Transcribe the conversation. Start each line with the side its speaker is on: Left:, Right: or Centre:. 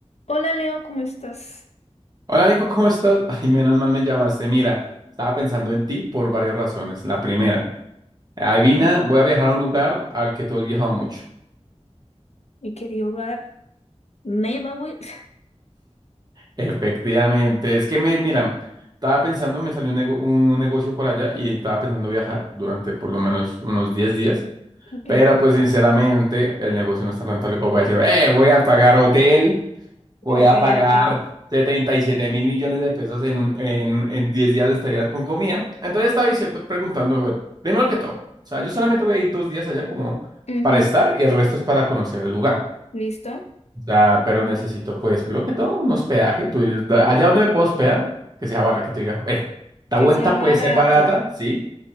Left: Hola Leo, ¿cómo estás?
Right: Hola Nico, ¿cómo estás? <laughs> Ay, menos mal me llamaste. Mira, estaba pensando en ti por varias razones. La primera, adivina,
Left: Dime,
Right: voy a viajar a un lugar al que tú has viajado mucho.
Left: mi querido hogar. Neighborhood. <laughs>
Right: Efectivamente, es que me, mira, estaba pensando, me salió un, nego- un negocio por allá y estaba pensando viajar durante por lo menos unos 10 días,
Left: Ok,
Right: pero pues sinceramente el negocio no está rentable como para decir, eh, voy a pagar hotel. Voy
Left: ok,
Right: a pagar
Left: ok.
Right: 77 mil millones de pesos en, un- en, en 10 días de estadía con comida. Entonces estaba diciendo, preguntando, bueno, primero que todo, o sea, yo solamente voy a ir dos días allá como
Left: <laughs> Ujú,
Right: para estar y el resto es para conocer el lugar.
Left: Listo.
Right: O sea, pero necesito, pues, primero que todo, un hospedaje. Tú dices, "Da- allá donde me puedo hospedar, que sea barra, que te diga, eh, esta
Left: Que
Right: vuelta
Left: sea barato.
Right: puede ser barata, ¿sí?